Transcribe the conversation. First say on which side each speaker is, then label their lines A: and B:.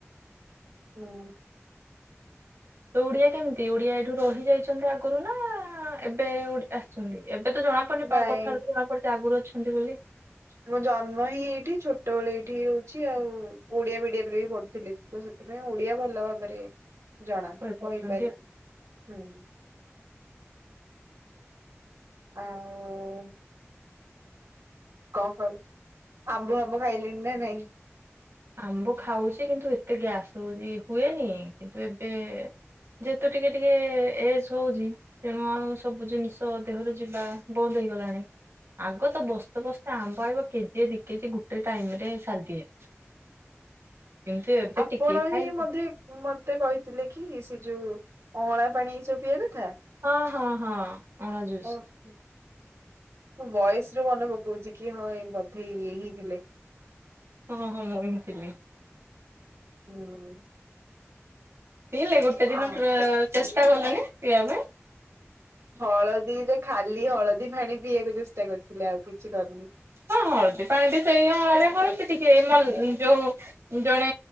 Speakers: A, on the right (about 80°); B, on the right (about 65°).
A: ହଁ।
B: ତ ଓଡିଆ କେମିତି? ଓଡିଆ ଏଇଠୁ ରହିଯାଇଛନ୍ତି ଆଗରୁ ନା ଏବେ ଆସିଛନ୍ତି? ଏବେ ତ ଜଣାପଡୁନି,
A: ନାଇଁ।
B: କଥାରୁ ତ ଜଣାପଡୁଛି ଆଗରୁ ଅଛନ୍ତି ବୋଲି?
A: ମୁଁ ଜନ୍ମ ହିଁ ଏଇଠି, ଛୋଟବେଳେ ଏଇଠି ହିଁ ରହୁଛି ଆଉ ଓଡିଆ ମିଡିୟମରେ ବି ପଢୁଥିଲି। ତ ସେଥିପାଇଁ ଓଡିଆ ଭଲ ଭାବରେ ଜଣା,
B: କହିପାରୁଛନ୍ତି
A: କହିପାରେ।
B: ଆଉ
A: ହୁଁ। ଆଉ କ, <unintelligible> ଆମ୍ବ ଫାମ୍ବ ଖାଇଲେଣି ନା ନାଇଁ?
B: ଆମ୍ବ ଖାଉଛି କିନ୍ତୁ ଏତେ ଗ୍ୟାସ୍‌ ହଉଛି, ହୁଏନି କିନ୍ତୁ ଏବେ ଯେହେତୁ ଟିକେ ଟିକେ ଏଜ ହଉଛି ତେଣୁ ଆଉ ସବୁ ଜିନିଷ ଦେହରେ ଯିବା ବନ୍ଦ ହେଇଗଲାଣି। ଆଗ ତ ବସ୍ତେ ବସ୍ତେ ଆମ୍ବ ଆଇବ, କେଜିଏ, ଦିକେଜି ଗୁଟେ ଟାଇମ ରେ ସାରିଦିଏ। କିନ୍ତୁ ଏବେ
A: ଆପଣ
B: ଟିକେ ଖାଇଲେ
A: ହିଁ ମଧ୍ୟ ମତେ କହିଥିଲେ କି ସେ ଯୋଉ ଅଁଳା ପାଣି ଏ ସବୁ ପିଇବା କଥା?
B: ହଁ ହଁ ହଁ। ଅଁଳା ଜୁସ୍।
A: <unintelligible> ମୁଁ ବଏସ୍‌ ରୁ ମନେ ପକଉଛି କି ହଁ ଏଇ ବଧେ ଇଏ ହିଁ ଥିଲେ।
B: ହଁ ହଁ ମୁଁ ହିଁ ଥିଲି।
A: ହୁଁ।
B: ପିଇଲେ? ଗୋଟେ ଦିନ
A: ଆ
B: ଟ୍ର ଚେଷ୍ଟା କଲେନି ପିଇବା ପାଇଁ।
A: ହଳଦୀରେ ଖାଲି ହଳଦୀ ଫାଣି ପିଇବାକୁ ଚେଷ୍ଟା କରିଥିଲେ ଆଉ କିଛି କରିନି।
B: ହଁ ହଳଦୀ ପାଣି ବି ସେଇଆ ହଳଦୀ ଟିକେ ମନଂ ଯୋଉ ଜଣେ